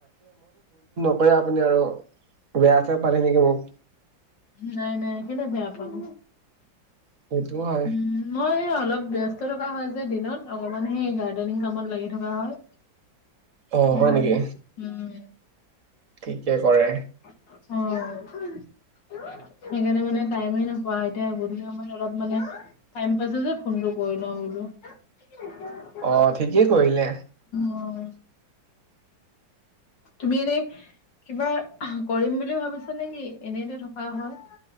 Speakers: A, on the right; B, on the left.
A: <unintelligible> নে আৰু বেয়া চেয়া পালে নেকি মোক।
B: নাই নাই কেলে বেয়া পাম।
A: সেইটোও হয়।
B: উম, মই এ অলপ বিয়ুস্ত থকা হয় যে দিনত অকমান সেই গাৰ্ডেনিং কামত লাগি থকা হয়।
A: অহ,
B: উম,
A: হয় নেকি?
B: উম,
A: ঠিকে কৰে।
B: অহ। সেইকাৰণে মানে টাইম নোপোৱা হয় এতিয়া গধলি সময়ত অলপ মানে টাইম পাছো যে ফোনটো কৰি লওঁ বোলো। <unintelligible>
A: অ ঠিকেই কৰিলে
B: অহ। তুমি এনেই কিবা কৰিম বুলিও ভাবিছা নেকি? এনেইতে থকা হয়।